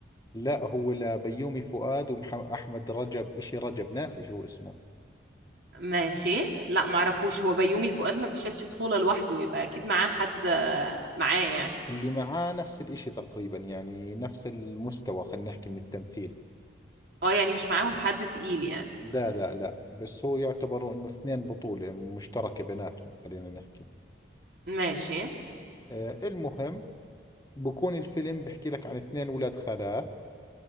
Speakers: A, on the left (about 20°); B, on the right (about 65°).
A: لا هو لبيومي فؤاد وأحمد رجب إشي رجب ناسي شو اسمه
B: ماشي لا معرفوش هو بيومي فؤاد ما بيشيلش بطوله لوحده يبقى اكيد معاه حد آه، معاه يعني
A: اللي معاه نفس الإشي تقريبا يعني نفس المستوى خلينا نحكي من التمثيل
B: اه يعني مش معاهم حد تقيل يعني
A: لا لا لا بس هو يعتبر إنه اثنين بطولة مشتركة بيناتهم خلينا نحكي
B: ماشي
A: آه المهم بكون الفيلم بحكي لك عن اثنين ولاد خالات